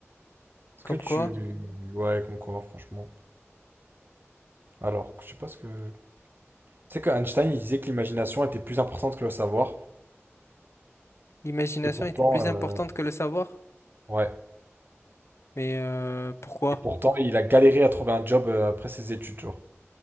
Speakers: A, on the right; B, on the left.
A: Est-ce
B: Comme
A: que tu.
B: quoi,
A: Ouais, comme quoi, franchement. Alors, je sais pas ce que. Tu sais que Einstein, il disait que l'imagination était plus importante que le savoir.
B: l'imagination
A: Et pourtant,
B: était plus importante
A: euh,
B: que le savoir.
A: ouais.
B: Mais euh, pourquoi?
A: Et pourtant, il a galéré à trouver un job euh, après ses études, genre.